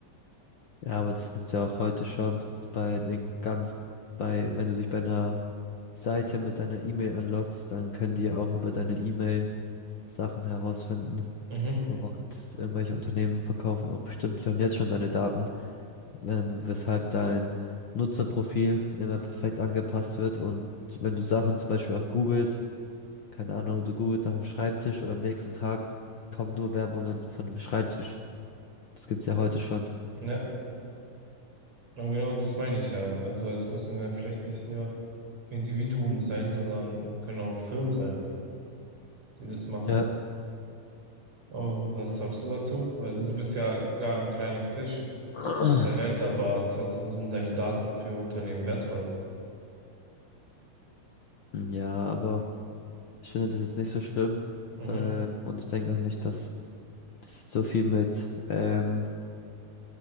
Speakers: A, on the left; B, on the right.
A: Ja, aber das gibt's ja auch heute schon bei den ganz, bei, wenn du dich bei einer Seite mit deiner E-Mail anloggst, dann können die ja auch über deine E-Mail Sachen herausfinden.
B: Mhm.
A: Und irgendwelche Unternehmen verkaufen auch bestimmt ja und jetzt schon deine Daten, ähm, weshalb dein Nutzerprofil immer perfekt angepasst wird. Und wenn du Sachen zum Beispiel auch googelst, keine Ahnung, du googelst nach einem Schreibtisch und am nächsten Tag kommen nur Werbungen von einem Schreibtisch. Das gibt's ja heute schon.
B: Ja, und genau das meine ich ja. Also es müssen ja vielleicht nicht nur Individuen sein, sondern können auch Firmen sein, die das machen.
A: Ja.
B: Aber was sagst du dazu? Also du bist ja klar ein kleiner Fisch
A: <clears throat>
B: auf der Welt, aber trotzdem sind deine Daten für Unternehmen wertvoll.
A: Ja, aber ich finde das jetzt nicht so schlimm.
B: Mhm,
A: Ähm, und ich denke auch nicht, dass das jetzt so viel mit ähm,